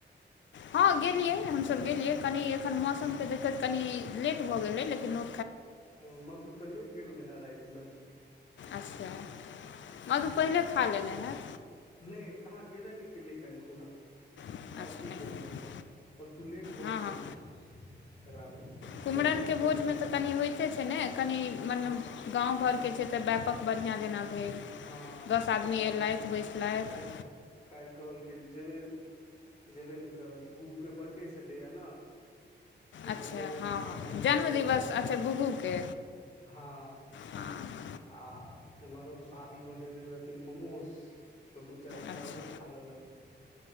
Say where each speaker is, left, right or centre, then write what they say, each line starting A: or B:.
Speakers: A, on the left; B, on the left.
A: हँ गेलियै हमसभ गेलियै कनि एखन मौसमके देखैत कनि लेट भऽ गेलै लेकिन ओ
B: ओ मधु तऽ नहि गेल रहए रात में
A: अच्छा मधु पहिले खा लेने हैत
B: नहि कहाँ गेबे न के कल्हि खुना
A: अच्छा
B: परसू
A: नहि
B: गेल
A: लेबै
B: छलै परसू लेट भऽ
A: हँ
B: गेलै
A: हँ
B: तऽ तकरा बाद
A: कुम्हरमके
B: कहै छै जेबे
A: भोजमे
B: नहि करब
A: तऽ कनि होइते छै ने कनि मनेब
B: हँ
A: गाँव घरके छै तऽ व्यापक बढ़िआँ जेना भेल
B: हँ
A: दस आदमी
B: तहन
A: अएलथि बैसलथि
B: काल काल्हि कहल कि जेबै जेबे नहि करब बू के बर्थडे छलैए ने तऽ
A: अच्छा
B: बर््डेमे
A: हँ
B: नाश्ता
A: हँ
B: पानि
A: जन्मदिवस
B: कऽ लेलक
A: अच्छा गुग्गूके
B: हँ
A: हँ
B: आ एम्हर भाभी बनेने रहथिन मोमोस तऽ दू तऽ एकटा
A: अच्छा
B: ओहो खा लेलक